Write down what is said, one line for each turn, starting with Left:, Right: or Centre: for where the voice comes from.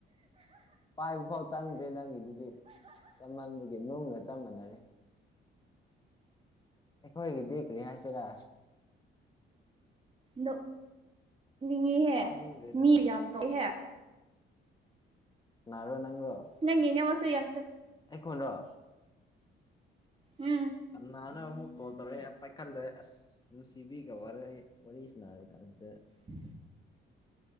Left: ꯄꯥꯏꯕ ꯐꯥꯎ ꯆꯪꯗ꯭ꯔꯦ ꯅꯪꯒꯤꯗꯨꯗꯤ ꯀꯃꯒꯦ ꯅꯨꯡꯒ ꯆꯞ ꯃꯥꯟꯅꯔꯦ ꯑꯩꯈꯣꯏꯒꯤꯗꯤ ꯀ꯭ꯔꯤ ꯍꯥꯏꯁꯤꯔꯥ
Right: ꯅꯪꯅꯤꯡꯉꯤꯍꯦ
Left: ꯍꯥꯏꯅꯤꯡꯗ꯭ꯔꯦꯗ
Right: ꯃꯤ ꯌꯥꯝ ꯇꯧꯏꯍꯦ
Left: ꯅꯔꯣ ꯅꯪꯔꯣ
Right: ꯅ ꯏꯅꯦꯦꯝꯁꯏ ꯌꯥꯝꯦꯝꯆ
Left: ꯑꯩꯈꯣꯟ꯭ꯔꯣ
Right: ꯎꯝ
Left: ꯀ ꯅꯕ ꯑꯃꯨꯛ ꯀꯣꯜ ꯇꯧꯔꯛꯑꯦ ꯄꯥꯏꯈꯠꯂꯦ ꯑꯁ ꯅꯨꯡꯁꯤꯕꯤꯒ ꯋꯥꯔꯤꯔ ꯑꯩ ꯋꯥꯔꯤꯁꯤ ꯅꯥꯔꯤ ꯀꯥꯟꯁꯤꯗ
Right: ꯎ